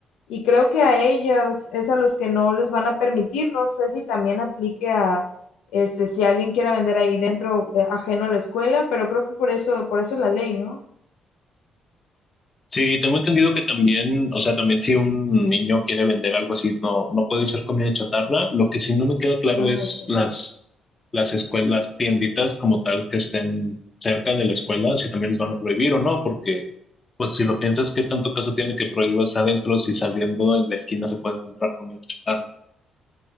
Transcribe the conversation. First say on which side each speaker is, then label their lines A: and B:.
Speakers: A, on the left; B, on the left.
A: y creo que a ellas es a los que no les van a permitir, no sé si también aplique a este si alguien quiera vender ahí dentro eh, ajeno a la escuela, pero creo que por eso por eso es la ley, ¿no?
B: Sí, tengo entendido que también, o sea, también si un niño quiere vender algo así, no, no puede ser comida chatarra. Lo que sí no me queda claro
A: Ah,
B: es
A: ok.
B: las, las escuelas, las tienditas como tal que estén cerca de la escuela, si también les van a prohibir o no, porque Pues si lo piensas, ¿qué tanto caso tiene que prohíbas adentro si saliendo en la esquina se pueden comprar comida chatarra?